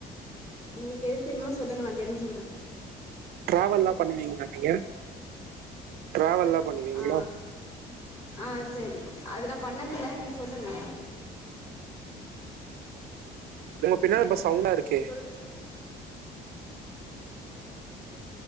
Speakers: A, on the left (about 40°); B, on the right (about 65°).
A: உங்களுக்கு எது தெரிமோ சொல்லுங்க நா தெரிஞ்சுக்கறே
B: டிரவல்லா பண்ணுவீங்களா நீங்க டிராவல்லா பண்ணுவீங்களா
A: ஆ ஆ சரி அது நா பண்ணதில்ல நீங்க சொல்லுங்க
B: பின்ன ரொம்ப
A: ஹலோ
B: சவுண்டா இருக்கே
A: சொல்லு